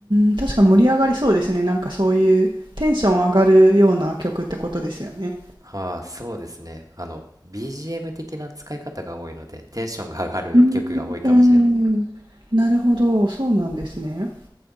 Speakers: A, on the right (about 70°); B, on the right (about 45°).
A: ん確かに盛り上がりそうですねなんかそういうテンション上がるような曲ってことですよね
B: ああ、そうですね。あの、BGM 的な使い方が多いので、テンションが上がる曲が多いかもしれない。
A: うーん、えーなるほどそうなんですね